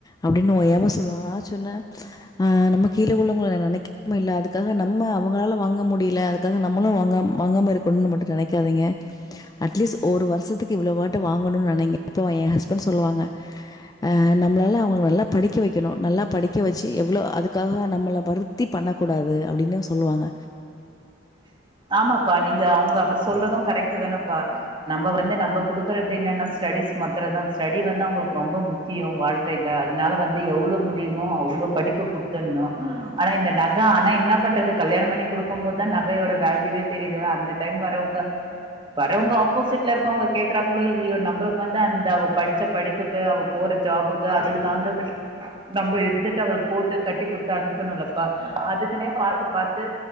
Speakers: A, on the left; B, on the right.
A: அப்டின்னு எல் சொல்வா நா சொன்ன ஆ நம்ம கீழ உள்ளவங்க நனைக்கமே இல்ல அதுக்காக நம்ம அவுங்களால வாங்க முடியல அது க்காக நம்மளு வாங்க வாங்காமத இருக்கணுன் மட்டு நனைக்காதீங்க அட்லீஸ்ட் ஒரு வருஷத்துக்கு இவ்ளவாட்டு வாங்கணுன் நனைங்க அப்ப எ ஹஸ்பண்ட் சொல்லுவாங்க அ நம்பளால அவுங்க நல்லா படிக்க வைக்கணு நல்லா படிக்க வச்சு எவ்ளோ அதுக்காக நம்மள வருத்தி பண்ண கூடாது அப்டின்னு சொல்லுவாங்க
B: <inaudible> ஆமாப்பா நீங்க அவுங்க அவர் சொல்றது கரெக்ட்டு தானப்பா நம்ப வந்து நம்ப குடுக்கறது என்னன்னா ஸ்டடிஸ் மத்தர தா ஸ்டடி வந்து அவுங்களுக்கு ரொம்ப முக் முக்கிய வாழ்க்கையில அதனால வந்து எவ்ளோ முடியுமோ அவ்ளோ படிப்பு குடுத்தணு ஆனா இந்த நக ஆனா என்ன பண்றது கல்யாண பண்ணி குடுக்கு போதா நகையோட வேல்யுவே தெரியுது ஏன்னா அந்த டைம் வரவுங்க வறவுங்க ஆப்போசிட்ல இருக்கவுங்க கேக்குறாங்ளோ இல்லையோ நம்பளுக்கு வந்து அந்த அவ படிச்ச படிப்புக்கு அவ போற ஜாபுக்கு அதுக்கு தகுதந்படி நம்ம இருந்துட்டு அவளுக்கு போட்டு கட்டி குடுத்தா அனுப்புணும்லப்பா அதுக்குனே பாத்துபாத்து